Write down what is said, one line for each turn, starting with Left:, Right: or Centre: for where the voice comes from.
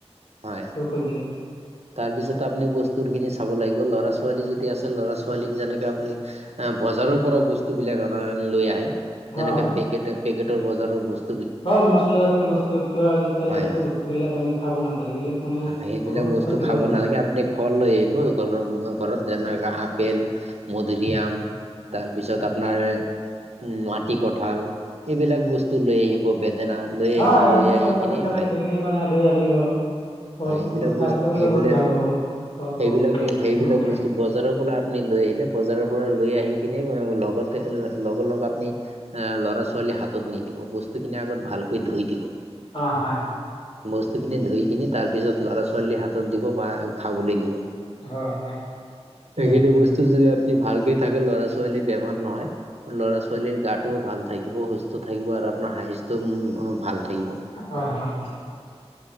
Right: হয়।
Left: টো কৈ দিয়ে।
Right: তাৰপিছত আপুনি বস্তুৰখিনি চাব লাগিব ল'ৰা ছোৱালী যদি আছে ল'ৰা ছোৱালীক যেনেকে আপুনি অ বজাৰৰ পৰা বস্তু বিলাক অনা লৈ আহে,
Left: হয়
Right: যেনেকে পেকেট পেকেটৰ বজাৰৰ বস্ত-
Left: হয় মচলা জাতীয় বস্তু কিবা তেল
Right: হয়
Left: জাতীয়
Right: হয়
Left: বস্তু বিলাক আমি খাব নাপায়, এইবিলাক মানে
Right: সেইবিলাক
Left: বহুত
Right: বস্তু
Left: ক্ষতিকৰ
Right: খাব
Left: হয়
Right: নালাগে, আপুনি ফল লৈ আহিব ঘৰৰ ঘৰত যেনেকা আপেল, মধুুৰিআম তাৰপিছত আপোনাৰ উম, নোৱাটি কঁঠাল এইবিলাক বস্তু লৈ আহিব বেদেনাৰ লৈ
Left: হয়
Right: আহিব
Left: আমি
Right: লৈ
Left: যদি
Right: আহি
Left: এটা
Right: কিনে
Left: দুটাকৈ
Right: হয়,
Left: ডেইলি মানে লৈ আনিব পাৰো
Right: হয়',
Left: ঘৰত
Right: এইবিলাক
Left: স্বাস্থ্য
Right: বস্ত-
Left: বাবে
Right: সেইবিলাক
Left: বহুত ভাল হ'ব ঘৰতো
Right: সেইবিলাক সেইবিলাক
Left: উম,
Right: বচ টো বজাৰৰ পৰা আপুনি লৈ আহিলে, বজাৰৰ পৰা লৈ আহি কিনে লগতে লগ-লগ আপনি আহ ল'ৰা- ছোৱালী হাতত নিদিব, বস্তুখিনি আগত ভালকে ধুই দিব।
Left: অ হয়।
Right: বস্তু খিনি ধুই কিনি তাৰ পিছত ল'ৰা ছোৱালী হাতত দিব বা খাবলৈ দিব।
Left: হয় হয় ঠিকেই
Right: এইখিনি বস্তু যদি আপুনি ভালকে থাকে ল'ৰা-ছোৱালী বেমাৰ নহয়। ল'ৰা ছোৱালীৰ গাটোও ভাল থাকিব, সুস্থ থাকিব আৰু আপোনাৰ হাহিস্থ উম ভাল থাকিব।
Left: হয় হয়।